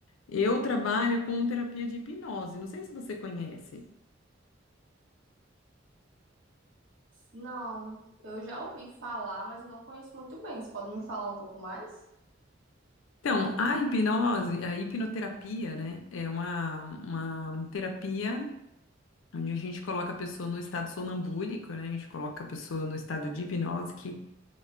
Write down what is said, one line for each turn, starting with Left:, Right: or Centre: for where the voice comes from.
Left: Eu trabalho com terapia de hipnose, não sei se você conhece.
Right: Não, eu já ouvi falar, mas eu não conheço muito bem. Você pode me falar um pouco mais?
Left: Então, a hipnose, a hipnoterapia, né, é uma, uma terapia onde a gente coloca a pessoa no estado sonambúlico, né? A gente coloca a pessoa no estado de hipnose, que